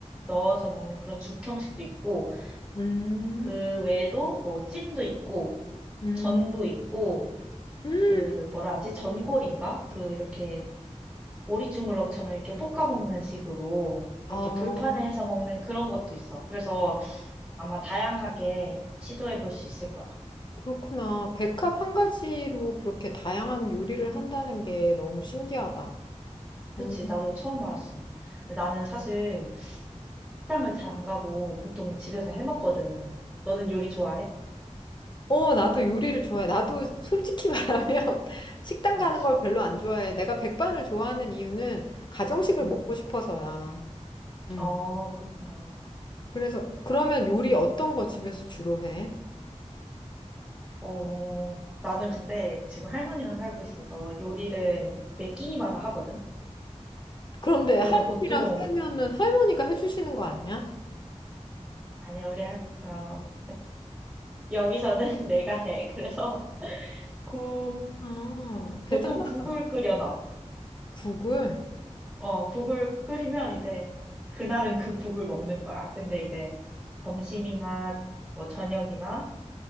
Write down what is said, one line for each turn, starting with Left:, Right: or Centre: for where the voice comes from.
Centre: 넣어서 먹는 그런 죽 형식도 있고,
Left: 음,
Centre: 그 외에도 뭐 찜도 있고,
Left: 음,
Centre: 전도 있고,
Left: 음.
Centre: 그 뭐라 하지? 전골인가? 그 이렇게 오리 주물럭처럼 이렇게 볶아 먹는 식으로
Left: 아,
Centre: 이렇게 불판에 해서 먹는 그런 것도 있어. 그래서 아마 다양하게 시도해 볼 수 있을 거야.
Left: 그렇구나. 백합 한 가지로 그렇게 다양한 요리를 한다는 게 너무 신기하다.
Centre: 그치?
Left: 음.
Centre: 나도 처음 알았어. 근데 나는 사실 식당을 잘 안 가고 보통 집에서 해 먹거든. 너는 요리 좋아해?
Left: 어, 나도 요리를 좋아해. 나도 솔직히 <laughs> 말하면 식당
Centre: 어,
Left: 가는 걸 별로 안 좋아해. 내가 백반을 좋아하는 이유는 가정식을
Centre: 응.
Left: 먹고 싶어서야. 음.
Centre: 어, 그렇구나.
Left: 그래서 그러면 요리 어떤 거 집에서 주로 해?
Centre: 어, 나는 근데 지금 할머니랑 살고 있어서 요리를 매 끼니마다 하거든?
Left: 그런데
Centre: 그래서
Left: 할머니랑
Centre: 보통,
Left: 살면은 할머니가 해주시는 거 아니야?
Centre: 아니야, 우리 할, 어, 여기서는 <laughs> 내가 해. 그래서 국,
Left: 아, 대단하다.
Centre: 보통 국을 끓여놔.
Left: 국을.
Centre: 어, 국을 끓이면 이제 그날은 그 국을 먹는 거야. 근데 이제 점심이나 뭐 저녁이나